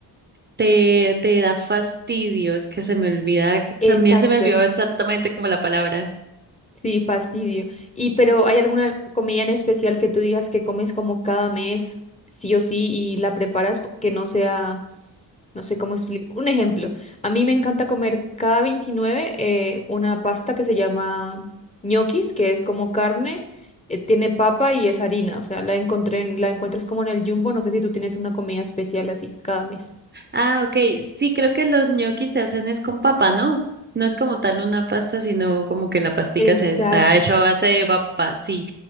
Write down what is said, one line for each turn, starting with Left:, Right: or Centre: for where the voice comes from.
Right: te, te da fastidio, es que se me olvida,
Left: Exacto.
Right: también se me olvidó exactamente como la palabra.
Left: Sí, fastidio. Y pero ¿hay alguna comida en especial que tú digas que comes como cada mes, sí o sí, y la preparas po- que no sea, no sé cómo explicar? Un ejemplo, a mí me encanta comer cada 29 eh, una pasta que se llama ñoquis, que es como carne, eh, tiene papa y es harina, o sea, la encontré, en- la encuentras como en el Jumbo, no sé si tú tienes una comida especial así cada mes.
Right: Ah, ok, sí, creo que los ñoquis se hacen es con papa, ¿no? No es como tal una pasta, sino como que la pastica
Left: Exacto.
Right: se está hecha a base de papa, sí,